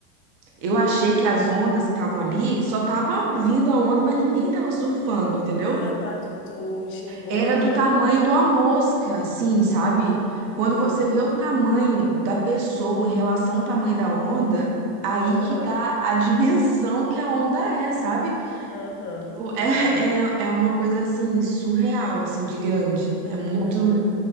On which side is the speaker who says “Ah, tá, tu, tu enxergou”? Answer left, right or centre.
Left